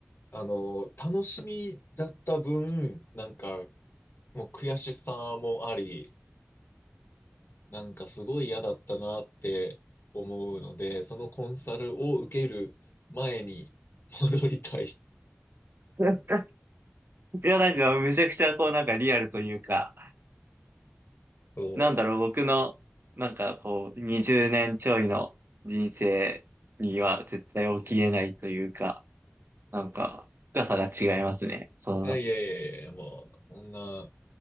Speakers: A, on the left (about 70°); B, on the right (about 65°).
A: あの楽しみだった分、なんかもう悔しさもあり、なんかすごい嫌だったなって思うので、そのコンサルを受ける前に戻りたい。<laughs>
B: <laughs> いや、なんか、めちゃくちゃ、こう、なんかリアルというか、
A: そ
B: なんだろう、僕の、なんか、こう、20年ちょいの人生には絶対起きれないというか、なんか、深さが違いますね。その、
A: う。いやいやいやいや、もう、そんな、